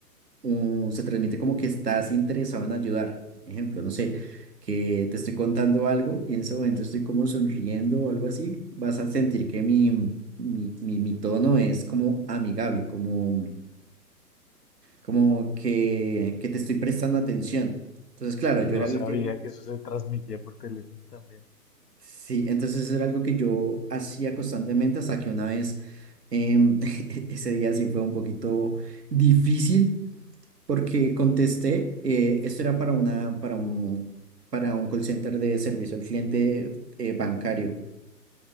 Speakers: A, on the right; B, on the left.
A: uh, se transmite como que estás interesado en ayudar. Ejemplo, no sé, que te estoy contando algo y en ese momento estoy como sonriendo o algo así, vas a sentir que mi, mi, mi, mi tono es como amigable, como, como que, que te estoy prestando atención. Entonces, claro,
B: No
A: yo era alguien
B: sabía
A: que...
B: que eso se transmitía por teléfono también.
A: Sí, entonces eso era algo que yo hacía constantemente hasta que una vez, em, <laughs> ese día sí fue un poquito difícil porque contesté, eh, esto era para una, para un, para un call center de servicio al cliente eh, bancario.